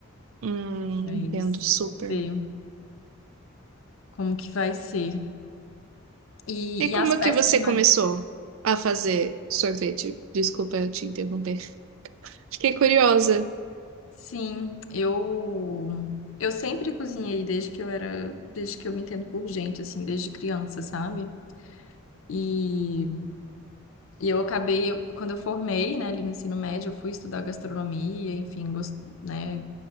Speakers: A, on the right; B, on the left.
A: Hum,
B: Mas
A: entendo super.
B: vamos ver como que vai ser. E,
A: E
B: e
A: como
B: as
A: é
B: peças
A: que você
B: de madeira.
A: começou a fazer sorvete? Desculpa eu te interromper. Fiquei curiosa.
B: Sim, eu eu sempre cozinhei desde que eu era, desde que eu me entendo por gente, assim, desde criança, sabe? E, e eu acabei, eu- quando eu formei, né, ali no ensino médio, eu fui estudar gastronomia, enfim, gost, né,